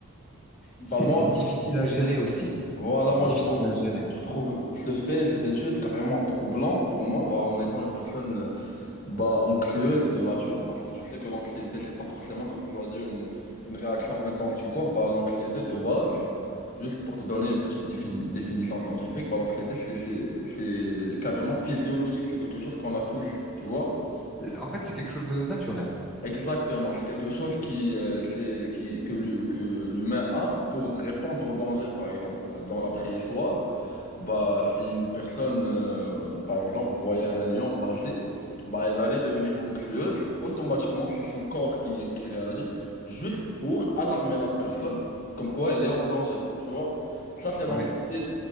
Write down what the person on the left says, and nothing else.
Bah,
moi,
voilà,
moi,
je trouve,
je trouve ce fait, cette étude carrément troublante pour moi, bah, en étant une personne. Bah, anxieuse de nature, parce que tu sais que l'anxiété, c'est pas forcément, comme tu as dit, une, une réaction intense du corps. Bah, l'anxiété de base, juste pour te donner une petite défini- définition scientifique, bah, l'anxiété, c'est c'est- c'est carrément physiologique, c'est quelque chose qu'on a tous, tu vois?
Exactement, c'est quelque chose qui, euh, c'est, qui, que l'hu- que l'humain a pour répondre au danger. Par exemple, euh, dans la préhistoire, bah, si une personne, euh, par exemple, voyait un lion passer, bah, elle allait devenir anxieuse. Automatiquement, c'est son corps qui, qui réagit juste pour alarmer la personne, comme quoi elle est en danger. Tu vois? Ça, c'est l'anxiété